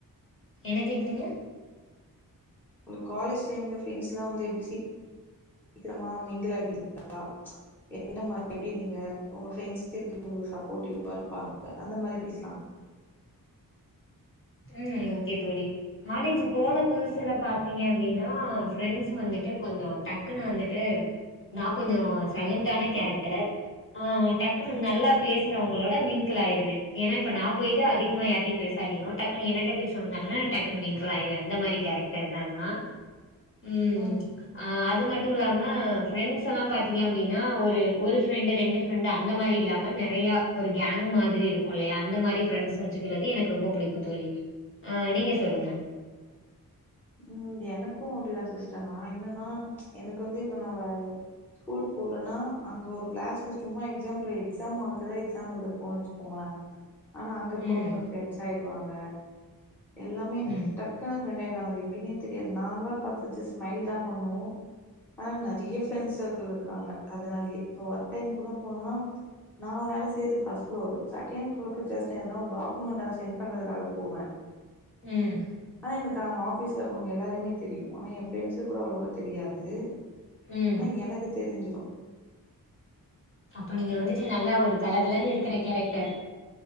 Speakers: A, on the left (about 35°); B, in the centre.
A: என்ன கேக்குறீங்க
B: உங்ளுக்கு காலேஜ் டைம்ல ஃப்ரெண்ட்ஸ்ல்லா வந்து எப்டி சீக்கிரமா மிங்கிளாயிடுவிங்களா எந்த மாரி எப்டி நீங்க உங்க ஃப்ரெண்ட்ஸ் எப்டி உங்களுக்கு சப்போர்ட்டிவ்வா இருப்பாங்க அந்த மாரி பேசலா
A: உம் ஓகே தோழி காலேஜு போன புதுசுல பாத்தீங்க அப்டின்னா ஃப்ரெண்ட்ஸ் வந்துட்டு கொஞ்சோ டக்குனு வந்துட்டு நா கொஞ்சோ சைலன்டான கேரக்டர் ஆ டக்குன்னு
B: ம்
A: நல்லா பேசுறவங்களோட மிங்கிள் ஆயிருவே ஏன்னா இப்ப நா போய்ட்டு அதிகமா யார்டயு பேசாட்டியு டக் என்னிட்ட பேச வந்தாங்கன்னா டக்குனு மிங்கிளாயிருவே அந்த மாரி கேரக்டர் தா நா உம்
B: ம்
A: அது மட்டு இல்லாம ஃப்ரெண்ட்ஸ்ல்லா பாத்தீங்க அப்டின்னா ஒரு ஒரு ஃப்ரெண்டு் ரெண்டு பிரெண்ட் அந்த மாரி இல்லாம நிறையா ஒரு கேங் மாதிரி இருக்கு இல்லையா அந்த மாரி ஃபிரெண்ட்ஸு வச்சுக்கிறது எனக்கு ரொம்ப பிடிக்கு தோழி ஆஹ் நீங்க சொல்லுங்க
B: உம் எனக்கு அப்டிதா சிஸ்டர் நா என்னன்னா எனக்கு வந்து இப்ப நா ஸ்கூல் போறேனா அங்க ஒரு கிளாஸ்ல சும்மா எக்ஸாம்பிலு எக்ஸாம் ஹால்குதா எக்ஸாம் எழுத போரோனு வச்சுக்கோங்ளே <inaudible> ஆனா அங்க இருக்கவங்க
A: ம்
B: எனக்கு ஃப்ரெண்ட்ஸ் ஆயிருவாங்க எல்லாமே
A: ம்
B: டக்குன்னு ஃப்ரெண்ட் ஆயிடுவாங்க அது எப் எப்படின்னே தெரியாது நார்மலா பாத்து ஜஸ் ஸ்மைல் தா பண்ணுவோ ஆனா நிறைய ஃப்ரெண்ட் சர்க்கிள் இருக்காங்க அதனாலயே இப்ப ஒர்க் டைம் கூட போனா நா வேலை செய்து ஃபர்ஸ்ட் ஃப்ளோரு செகண்ட் ஃப்ளோருக்கு ஜஸ்ட் எதனா ஒரு டாக்குமெண்ட் அத சென்ட் பண்றதுக்காக போவே <inaudible>
A: உம்
B: ஆனா எனக்கு அவங்க ஆஃபீஸ்ல இருக்கவ்ங்க எல்லாரயுமே தெரியு ஆனா எ ஃப்ரெண்ட்ஸுக்கு கூட அவ்ளவா தெரியாது
A: ம்
B: ஆனா எனக்கு தெரிஞ்சிரு
A: அப்ப நீங்க வந்துட்டு நல்லா ஒரு கலகலனு இருக்கிற கேரக்டர்